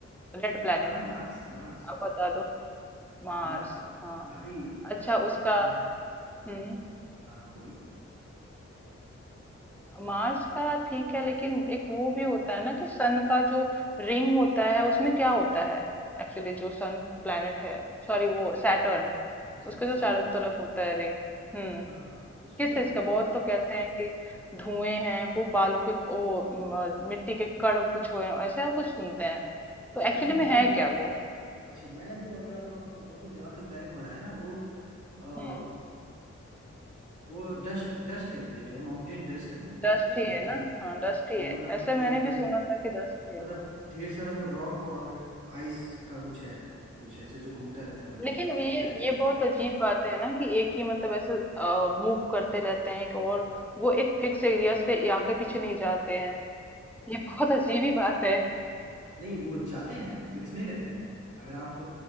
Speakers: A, in the centre; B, on the right.
A: रेड प्लेनेट
B: हाँ मार्स मार्स
A: आप बता दो मार्स
B: मार्स को
A: हाँ
B: अभी
A: अच्छा
B: अ,
A: उसका
B: हमारे
A: हम्म
B: हाँ हाँ बोलिए
A: मार्स का ठीक है लेकिन एक वो भी होता है ना कि सन का जो रिंग होता है उसमें क्या होता है एक्चुअली जो सन प्लेनेट है सॉरी वो सैटर्न
B: अच्छा
A: उसके जो
B: सैटर्न
A: चारों तरफ होता है रिंग हम्म
B: हाँ हाँ उसमें
A: किस चीज
B: वो
A: का
B: तो
A: बहुत तो कहते हैं कि धुएं हैं को बालू के वो म, मिट्टी के कण कुछ हुए हैं ऐसे कुछ सुनते हैं तो एक्चुअली
B: नहीं
A: में
B: वो
A: है क्या वो
B: अच्छा मैं वो अगर आपको आपको बताऊं तो जहाँ तक मैंने पढ़ा है ना वो अ,
A: हम्म
B: वो डस्ट डस्ट है एक तरीके का माउंटेन डस्ट है वो
A: डस्ट
B: जो घूमता
A: ही है ना
B: रहता है
A: हाँ डस्ट ही
B: वो
A: है
B: मतलब
A: ऐसे मैंने
B: एक
A: भी सुना था कि डस्ट ही है
B: मतलब ढेर सारा वो रॉक और आइस का कुछ है कुछ ऐसे जो घूमता रहता है वो
A: लेकिन अब ये
B: प्लैनेट के
A: ये
B: साथ
A: बहुत अजीब बात है ना कि एक ही मतलब ऐसे मूव करते रहते हैं कि और वो एक फिक्स एरिया से ये आगे पीछे नहीं जाते हैं ये बहुत अजीब ही बात है
B: नहीं वो जाते हैं फिक्स नहीं रहते हैं अगर आप